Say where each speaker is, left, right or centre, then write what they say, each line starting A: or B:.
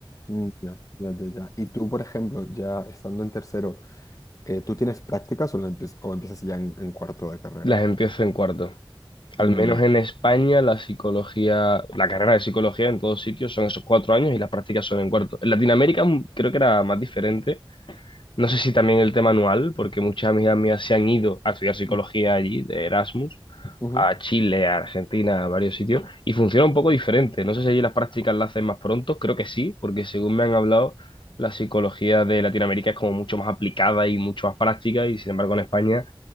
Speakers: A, on the left; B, on the left.
A: Mm, Ya, ya, ya, ya. Y tú, por ejemplo, ya estando en tercero, eh, ¿tú tienes prácticas o, la empie- o empiezas ya en, en cuarto de carrera?
B: Las empiezo en cuarto. Al
A: Mm,
B: menos en España, la psicología, la carrera de psicología en todos sitios son esos cuatro años y las prácticas son en cuarto. En Latinoamérica mm, creo que era más diferente. No sé si también el tema anual, porque muchas amigas mías se han ido a estudiar psicología
A: mm,
B: allí, de Erasmus,
A: ujú.
B: a Chile, a Argentina, a varios sitios, y funciona un poco diferente. No sé si allí las prácticas las hacen más pronto, creo que sí, porque según me han hablado, la psicología de Latinoamérica es como mucho más aplicada y mucho más práctica, y sin embargo en España